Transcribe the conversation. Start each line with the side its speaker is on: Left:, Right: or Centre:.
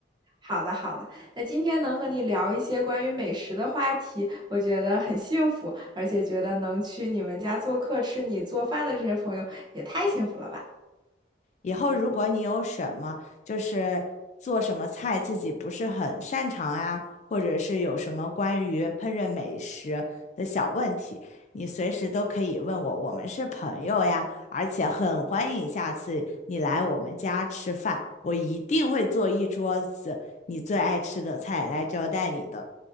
Right: 好的，好的，那今天能和你聊一些关于美食的话题，我觉得很幸福，而且觉得能去你们家做客吃你做饭的这些朋友也太幸福了吧！
Left: 以后如果你有什么就是做什么菜自己不是很擅长啊，或者是有什么关于烹饪美食的小问题，你随时都可以问我，我们是朋友呀，而且很欢迎下次你来我们家吃饭，我一定会做一桌子你最爱吃的菜来招待你的。